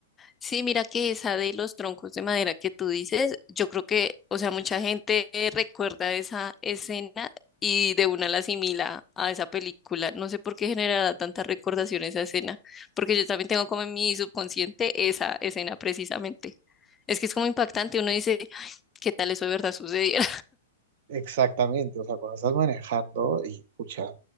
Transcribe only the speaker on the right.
Exactamente, o sea, cuando estás manejando y pucha,